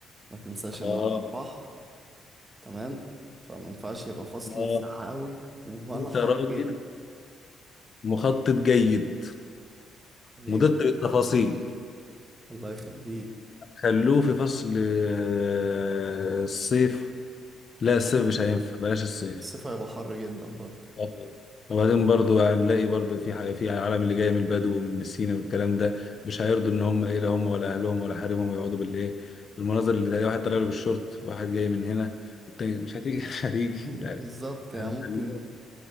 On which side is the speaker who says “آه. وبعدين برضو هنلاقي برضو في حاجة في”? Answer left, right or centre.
Left